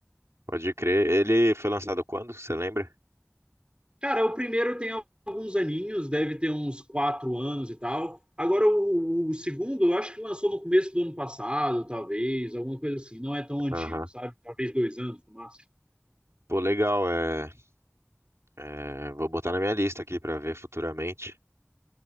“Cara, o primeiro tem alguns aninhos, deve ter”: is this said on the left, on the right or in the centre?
Right